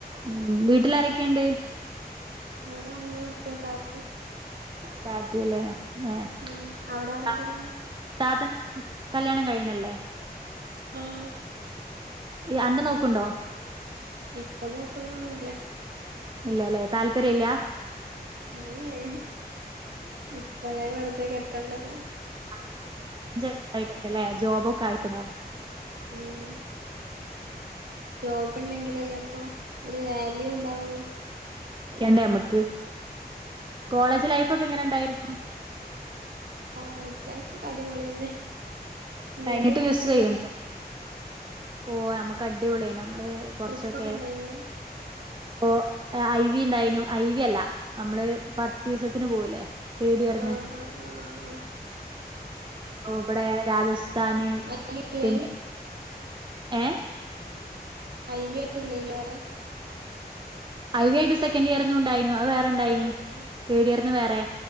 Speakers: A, on the right (about 30°); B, on the right (about 70°).
A: ഉം വീട്ടില് ആരെക്കേണ്ട്
B: ഇവടെ ഉമ്മീം ഉപ്പീം താത്തിം
A: താത്തി ലേ ഏഹ്
B: ഉം അവിടെ ആരൊക്കെള്ളെ
A: <inaudible> താത്തന്റെ ഒക്കെ കല്യാണം കഴിഞ്ഞല്ലേ
B: ആഹ്
A: ഈ അന്റെ നോക്ക്ണ്ടോ
B: ഇപ്പൊ നോക്ക്ണൊന്നും ഇല്ല
A: ഇല്ലല്ലേ താല്പര്യല്ലാ
B: ഏഹ് എഹ് ഇപ്പളേ വെർതെ കെട്ടണ്ടല്ലോ
A: <inaudible> ഞ്ച് വയസ്സായിട്ടൊക്കെ ല്ലേ ജോബ് ഒക്കെ ആയിട്ട് നോക്ക
B: ഉം ജോബ് ഇണ്ടെങ്കിലല്ലേ ഇപ്പം ഒരു വാല്യൂ ഇണ്ടാവുള്ളൂ
A: ക്കണ്ടേ ഞമ്മക്ക് കോളേജ് ലൈഫ്
B: അതെ
A: ഒക്കെ എങ്ങനെ ഇണ്ടായിരുന്നു
B: കോളേജ് ലൈഫ് ഒക്കെ അടിപൊളി തന്നെ ഇങ്ങക്ക്
A: കഴിഞ്ഞിട്ട്
B: എങ്ങനെ
A: മിസ്
B: ഇണ്ടേയ്നി
A: ചെയ്യണ്ടോ ഓഹ് ഞമ്മക്ക് അടിപൊളിയായിനു നമ്മള് കൊർച്ചൊക്കെ
B: ട്രിപ്പ് ഒക്കെ ഇണ്ടേനോ
A: അപ്പോ ഐവി ഉണ്ടായിനു ഐവി അല്ല നമ്മള് പത്തീസത്തിന് പോവൂലേ തേടിയർന്ന്
B: ആഹ്
A: <inaudible>
B: ആഹ് ആഹ് ആഹ്
A: ഇവടെ രാജസ് ഥാന്
B: ഐ വി ഇല്ലേനി
A: പിന്നെ ഏഹ്
B: ഐവി ആയിട്ട് ഇല്ലേന്യോ വേറെ
A: ഐവി ആയിട്ട് സെക്കൻഡ് ഇയർന്നും ഇണ്ടായിനു അത് വേറെ ഇണ്ടായിനി
B: ആഹ് ആഹ്
A: തേർഡ് ഇയർന്ന് വേറെ